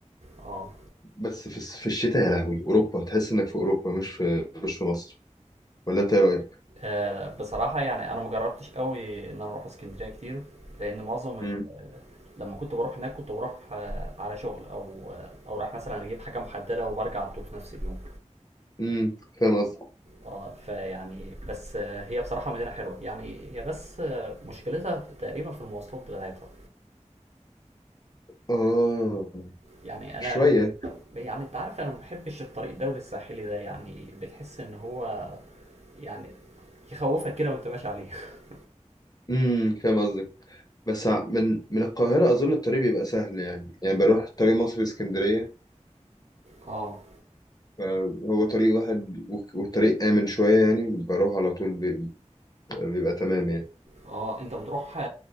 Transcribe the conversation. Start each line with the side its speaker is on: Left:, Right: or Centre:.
Right: اه
Left: بس في, الس- في الشتاء يا لهوي اوروبا تحس انك في اوروبا مش في مش في مصر ولا انت ايه رأيك
Right: آه، بصراحه يعني انا ما جربتش قوي ان انا اروح اسكندريه كتير لان معظم ال...
Left: امم
Right: لما كنت بروح هناك كنت بروح آه، على شغل او آه، او رايح مثلا اجيب حاجه محدده وبرجع على طول في نفس اليوم
Left: امم فاهم قصدك
Right: اه فيعني بس آه، هي بصراحه مدينه حلوه يعني هي بس آه، مشكلتها تقريبا في المواصلات بتاعتها
Left: اه
Right: يعني أنا
Left: شوية
Right: يعني أنت عارف أنا ما باحبش الطريق الدولي الساحلي ده يعني بتحس إن هو يعني يخوفك كده وأنت ماشي عليه <laughs>
Left: امم فاهم قصدك بس ع- من من القاهرة أظن الطريق بيبقى سهل يعني يعني بروح طريق مصر اسكندرية
Right: اه
Left: فهو طريق واحد و- وطريق آمن شوية يعني بروح على طول بي- بيبقى تمام يعني
Right: اه انت بتروح آه،